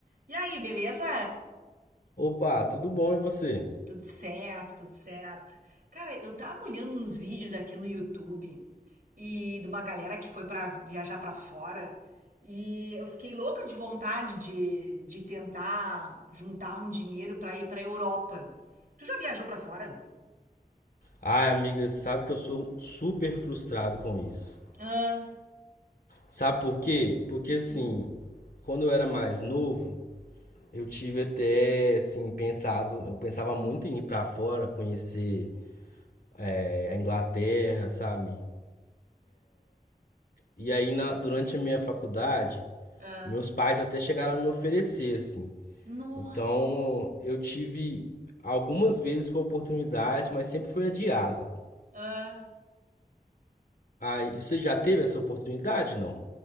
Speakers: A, on the right; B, on the left.
A: E aí, beleza?
B: Opa, tudo bom e você?
A: Tudo certo, tudo certo. Cara, eu tava olhando uns vídeos aqui no YouTube e de uma galera que foi pra viajar pra fora e eu fiquei louca de vontade de, de tentar juntar um dinheiro pra ir pra Europa. Tu já viajou pra fora?
B: Ai, amiga, sabe que eu sou super frustrado com isso.
A: Ah,
B: Sabe por quê? Porque
A: Sim.
B: assim, quando eu era mais novo, eu tive até assim pensado, eu pensava muito em ir pra fora, conhecer é, a Inglaterra, sabe? E aí na- durante a minha faculdade,
A: ah,
B: meus pais até chegaram a me oferecer assim.
A: nossa.
B: Então, eu tive algumas vezes com a oportunidade, mas sempre foi adiada.
A: Ah.
B: Aí, você já teve essa oportunidade, não?